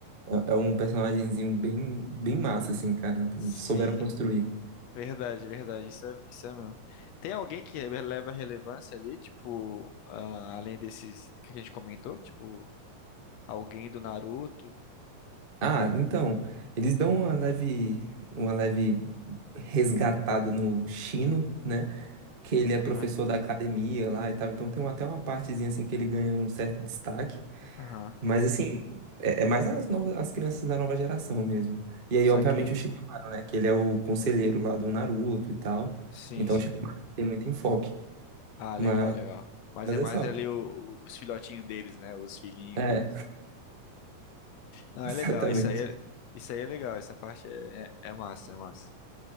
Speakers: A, on the right; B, on the left.
A: é é um personagemzinho bem, bem massa, assim, cara.
B: sim.
A: Souberam construir.
B: Verdade, verdade, isso é, isso é mesmo. Tem alguém que leva relevância ali, tipo, ah, além desses que a gente comentou, tipo, alguém do Naruto?
A: Ah, então, eles dão uma leve, uma leve resgatada no Shino, né? que ele é
B: Aham,
A: professor da academia lá e tal. Então tem até uma partezinha assim que ele ganha um certo destaque.
B: aham,
A: Mas assim, é, é mais as novas, as crianças da nova geração mesmo. E aí,
B: saquei.
A: obviamente, o Shikamaru, né? Que ele é o conselheiro lá do Naruto e tal.
B: Sim,
A: Então
B: sim.
A: o Shikamaru tem muito enfoque.
B: Ah, legal,
A: Mas,
B: legal. Mas
A: mas
B: é
A: é
B: mais
A: só.
B: ali o- o- os filhotinhos deles, né? Os filhinhos
A: É,
B: e os... Não,
A: <laughs> exatamente.
B: é legal, isso aí é, isso aí é legal, essa parte é, é, é massa, é massa.